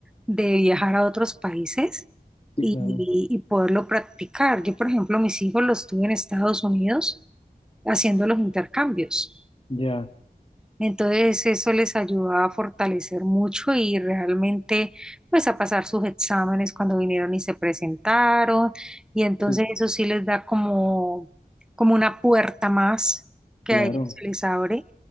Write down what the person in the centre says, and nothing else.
de viajar a otros países y,
y poderlo practicar. Yo, por ejemplo, mis hijos los tuve en Estados Unidos haciendo los intercambios.
Entonces eso les ayudaba a fortalecer mucho y realmente pues a pasar sus exámenes cuando vinieron y se presentaron y entonces
eso sí les da como, como una puerta más que
a ellos se les abre